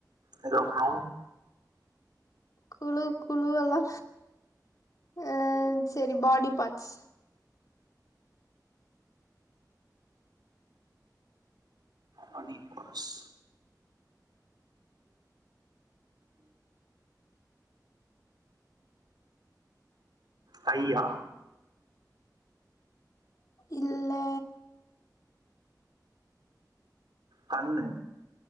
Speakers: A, on the right; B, on the left.
A: ஹலோ அக்கா
B: குழு குழு எல்லா அ செரி பாடி பார்ட்ஸ்
A: பாடி பார்ட்ஸ் கையா
B: இல்ல
A: கண்ணு